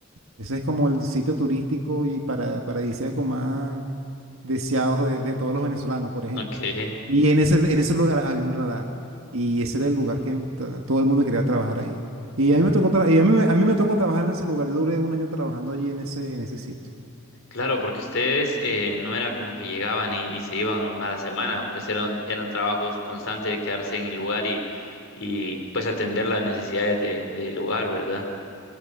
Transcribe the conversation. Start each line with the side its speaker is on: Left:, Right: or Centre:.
Right: Ese es como el sitio turístico y para, paradisíaco más deseados de, de todos los venezolanos, por ejemplo.
Left: ok.
Right: Y en ese, en ese lugar había un radar y ese era el lugar que to- todo el mundo quería trabajar ahí. Y a mí me tocó, tra- y a mí, me- a mí me tocó trabajar en ese lugar. Yo duré un año trabajando allí en ese, en ese sitio.
Left: Claro, porque ustedes eh, no era como que llegaban y, y se iban a la semana, pues eran, eran trabajos constantes de quedarse en el lugar y, y pues atender las necesidades de, del lugar, ¿verdad?